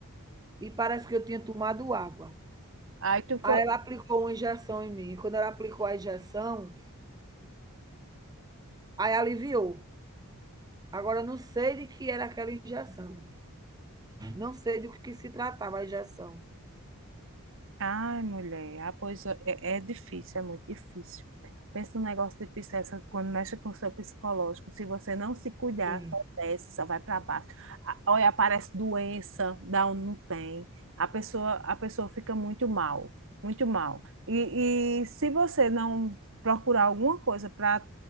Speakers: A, on the right (about 15°); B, on the right (about 60°).
A: e parece que eu tinha tomado água.
B: Aí tu foi.
A: Aí ela aplicou uma injeção em mim. Quando ela aplicou a injeção, aí aliviou. Agora eu não sei de que era aquela injeção. Não sei do que se tratava a injeção.
B: Ai, mulher, ah, pois é, é é difícil, é muito difícil. Pensa num negócio difícil essa, quando mexe com o seu psicológico. Se você não se cuidar,
A: Sim.
B: só desce, só vai para baixo. A- Olha, aparece doença, dá onde não tem. A pessoa, a pessoa fica muito mal, muito mal. E, e se você não procurar alguma coisa para